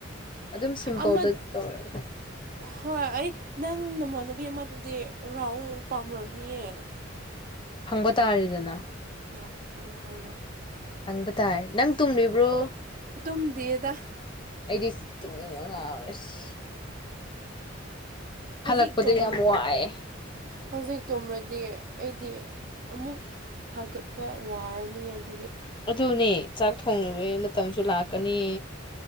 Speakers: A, on the left (about 25°); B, on the right (about 45°).
A: ꯑꯗꯨꯝ ꯁꯤꯝꯄꯜꯗ
B: ꯑꯃ
A: ꯇꯧꯔꯒ
B: ꯍꯣꯏ ꯑꯩ ꯅꯪ ꯅꯃꯥꯟꯅꯨꯕꯤ ꯑꯃꯗꯨꯗꯤ ꯔꯥꯎꯟ ꯄꯥꯝꯔꯝꯅꯤꯌꯦ
A: ꯍꯪꯕ ꯇꯥꯔꯦꯗꯅ
B: ꯑ ꯍ ꯍ
A: ꯍꯪꯕ ꯇꯥꯏ ꯅꯪ ꯇꯨꯝꯂꯤꯕ꯭ꯔꯣ
B: ꯇꯨꯝ ꯗꯗ
A: ꯑꯩꯗꯤ ꯇꯨꯝꯅꯤꯡꯅ ꯉꯥꯎꯥꯎꯔꯦꯁꯤ
B: ꯍꯧꯖꯤꯛ
A: ꯍꯜꯂꯛꯄꯗꯤ
B: ꯇꯨꯝ
A: ꯌꯥꯝ ꯋꯥꯏꯑꯦ
B: ꯍꯧꯖꯤꯛ ꯇꯨꯝꯃꯗꯤ ꯑꯩꯗꯤ ꯑꯃꯨꯛ ꯍꯧꯒꯠꯄ ꯋꯥꯔꯅꯤ ꯑꯗꯨꯒꯤ
A: ꯑꯗꯨꯅꯦ ꯆꯥꯛ ꯊꯣꯡꯅꯕꯩ ꯃꯇꯝꯁꯨ ꯂꯥꯛꯀꯅꯤ